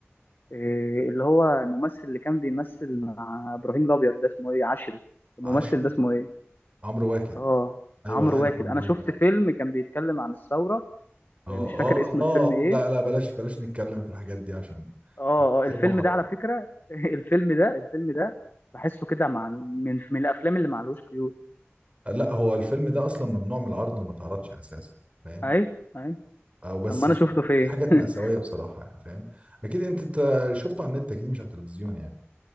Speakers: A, on the left; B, on the right.
A: إيه اللي هو الممثل اللي كان بيمثل مع ابراهيم الابيض ده اسمه ايه عشري الممثل
B: عشري
A: ده اسمه ايه
B: عمرو واكد
A: اه
B: ايوه
A: عمرو
B: عارف
A: واكد
B: عمرو
A: انا شفت
B: واكد انا
A: فيلم كان بيتكلم عن الثوره
B: اه
A: إيه، مش فاكر
B: اه
A: اسم الفيلم
B: اه
A: ايه
B: لا لا بلاش بلاش نتكلم في الحاجات دي عشان
A: اه اه الفيلم
B: عيب وحرام
A: ده على فكره <laughs> الفيلم ده الفيلم ده بحسه كده مع من من الافلام اللي معلوش قيود
B: لا هو الفيلم ده اصلا ممنوع من العرض وما اتعرضش اساسا فاهم
A: اي اي
B: او بس
A: اما انا
B: في,
A: شفته فين
B: في حاجات
A: <laughs>
B: مأساوية بصراحة يعني فاهم اكيد انت إنت شفته على النت اكيد مش على التلفزيون يعني